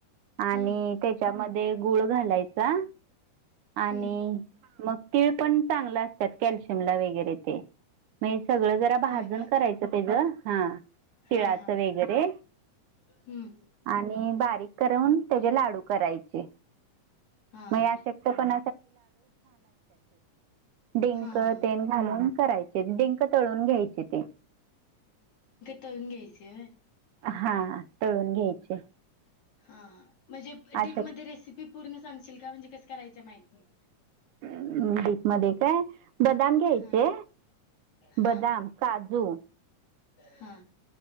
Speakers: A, on the right; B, on the left.
A: आणि
B: हम्म.
A: त्याच्यामध्ये गुळ घालायचा आणि
B: हम्म.
A: मग तीळ पण चांग असतात कश वगरे ते म सगळं जरा भाजण
B: होय काय?
A: करायचं त्याच हा तिळाचं
B: हा हा
A: वगैरे
B: हम्म.
A: आणि बारीक करवून त्याचे लाडू करायचे
B: हा
A: मग
B: हा
A: शकत पण ड
B: हा
A: घ
B: हा
A: क ळून घ्यायचे ते
B: तऊून घ्यायचे
A: हा तळून घ्यायचे
B: हा म्हणजे डडीपमध्येध्ये
A: अशा
B: रेसिपी पूर्ण सांगशील का म्हणजे कस करायच्या माहिती नाही
A: ह् ब मध्ये काय बदाम घ्यायचे
B: हा. हा.
A: बदाम काजू
B: हा